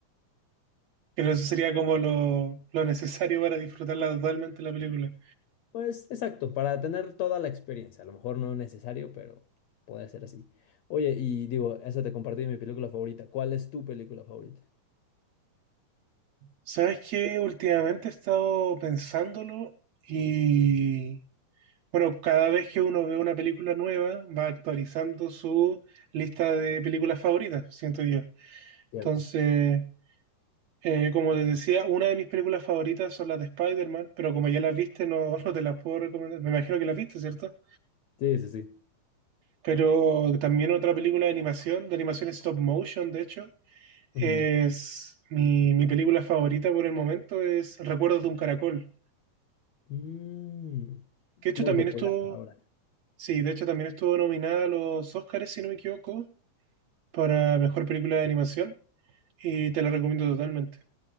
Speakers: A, on the right; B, on the left.
A: Pero eso sería como lo, lo necesario para disfrutarla totalmente la película.
B: Pues exacto, para tener toda la experiencia, a lo mejor no es necesario, pero podría ser así. Oye, y digo, esa te compartí mi película favorita. ¿Cuál es tu película favorita?
A: ¿Sabes qué? Últimamente he estado pensándolo y, bueno, cada vez que uno ve una película nueva, va actualizando su lista de películas favoritas, siento yo.
B: Cierto.
A: Entonces, eh, como te decía, una de mis películas favoritas son las de Spider-Man, pero como ya las viste, no, <laughs> no te las puedo recomendar. Me imagino que las viste, ¿cierto?
B: Sí, sí, sí.
A: Pero también otra película de animación, de animación stop motion, de hecho,
B: Ujú.
A: es mi, mi película favorita por el momento, es Recuerdos de un caracol.
B: Mm,
A: Que de hecho
B: muy
A: también
B: popular
A: estuvo,
B: ahora.
A: Sí, de hecho también estuvo nominada a los Oscars, si no me equivoco, para mejor película de animación y te la recomiendo totalmente.